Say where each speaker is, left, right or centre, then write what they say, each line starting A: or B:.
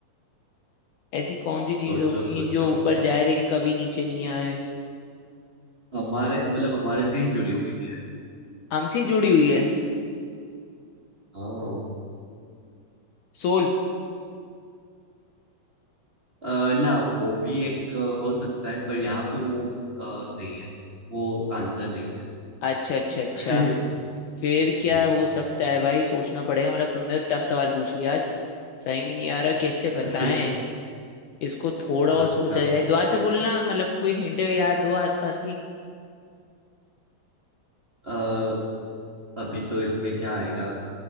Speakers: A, on the left (about 70°); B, on the right (about 35°).
A: ऐसी कौन सी चीज
B: सोचो
A: होगी
B: सोचो
A: जो ऊपर जाए लेकिन कभी नीचे नहीं आए
B: हमारे मतलब हमारे से ही जुड़ी हुई है
A: हमसे जुड़ी हुई है
B: हाँ
A: सोल
B: अ, ना वो भी एक अ, हो सकता है पर यहाँ पे वो अ, नहीं है वो आंसर नहीं है
A: अच्छा अच्छा अच्छा
B: <laughs>
A: फिर क्या
B: हाँ।
A: हो सकता है भाई सोचना पड़ेगा मतलब तुमने टफ सवाल पूछ लिया आज सही भी नहीं आ रहा कैसे बताएं
B: <laughs>
A: इसको थोड़ा
B: अच्छा
A: और सोचा जाए दुआ से बोलना मतलब कोई हिंट याद दो आसपास की
B: अ, अभी तो इसमें क्या आएगा